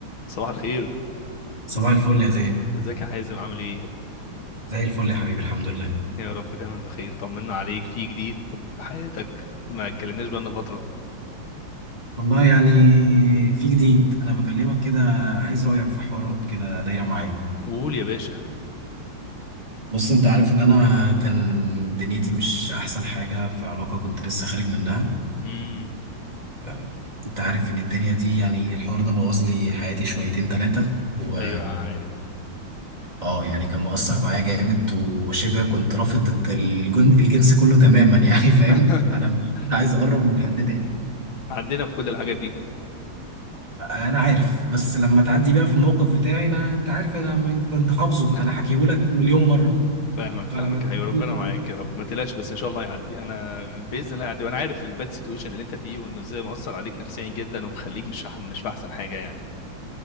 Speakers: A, on the left; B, on the right.
A: صباح الخير
B: صباح الفل يا زين
A: ازيك يا حازم عامل ايه
B: زي الفل يا حبيبي الحمد لله
A: يا رب دايما بخير طمنا عليك في جديد في حياتك ما اتكلمناش بقالنا فتره
B: والله يعني في جديد انا بكلمك كده عايز رأيك في حوارات كده دايرة معايا
A: قول يا باشا
B: بص انت عارف ان انا كان دنيتي مش احسن حاجة في علاقة كنت لسه خارج منها
A: امم
B: آه، انت عارف ان الدنيا دي يعني الحوار ده بوظ لي حياتي شويتين ثلاثة و
A: ايوه عارف
B: اه يعني كان مؤثر معايا جامد وشبه كنت رافض الجن... الجنس كله تماما يعني فاهم
A: <laughs>
B: انا مش عايز اقرب من حد تاني
A: عدينا بكل الحاجات دي
B: انا عارف بس لما تعدي بيها في الموقف بتاعي انا انت عارف انا انت انت حافظه
A: <laughs>
B: انا حكيهولك مليون مره
A: فاهمك
B: فلما
A: فاهمك يا حبيبي
B: تعدي
A: ربنا معاك يا رب ما تقلقش بس ان شاء الله يعدي انا باذن الله يعدي وانا عارف الباد سيتويشن اللي انت فيه وانه ازاي مؤثر عليك نفسيا جدا ومخليك مش مش في احسن حاجه يعني